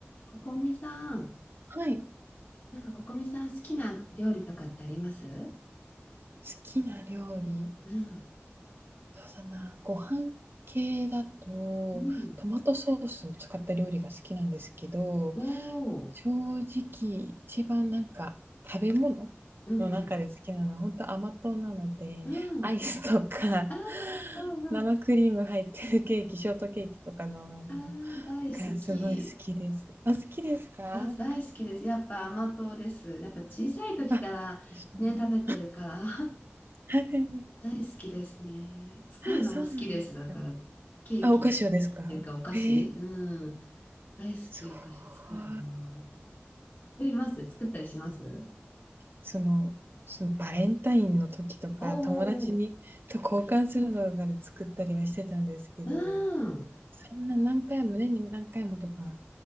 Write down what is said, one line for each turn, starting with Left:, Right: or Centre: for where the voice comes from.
Left: ここみさん、
Right: はい。好
Left: なんかここみさん好きな料理とかってあります
Right: きな料理、
Left: うん、
Right: そうだな、ご飯系だと、
Left: うん。
Right: トマトソースを使った料理が好きなんですけど、
Left: おお、
Right: 正直一番なんか食べ物の中で好きなのはほんと甘党なので、
Left: うんうん、
Right: アイスとか
Left: うん。あー、
Right: <laughs>
Left: うんうん。
Right: 生クリーム入ってるケーキ、ショートケーキとかのあるの
Left: ああ大好き。
Right: がすごい好きです。あ、好きですか？
Left: あ、大好きです。やっぱ甘党です。やっぱ小さい時からね、
Right: あ、そうなんだ。
Left: 食べてるから
Right: はい。
Left: <laughs> 大好きですね。作るのも好きです。
Right: あ、そうなんですか。
Left: だから、ケーキ、
Right: あ、お菓子をですか？
Left: ケーキっていうかお菓子、
Right: へえ。
Left: うん。大好き、
Right: すごい。
Left: お菓子作るの。作ります作ったりします
Right: その、そのバレンタインの時とか、
Left: おーおー
Right: 友達にと交換する動画で作ったりはしてたんですけど、
Left: うん。
Right: そんな何回も、年に何回もとか